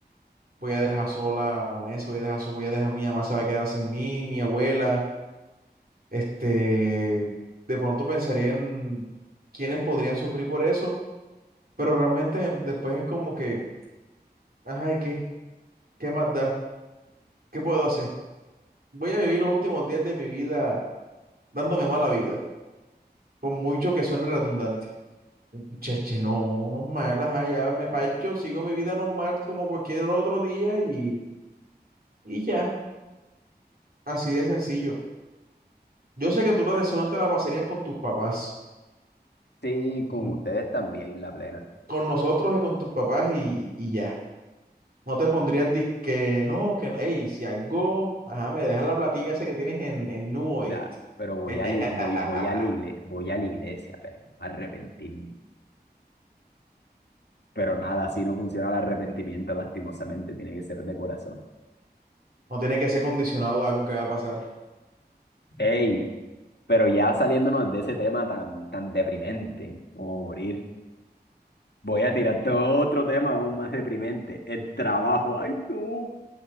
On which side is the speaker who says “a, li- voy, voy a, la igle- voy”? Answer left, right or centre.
Left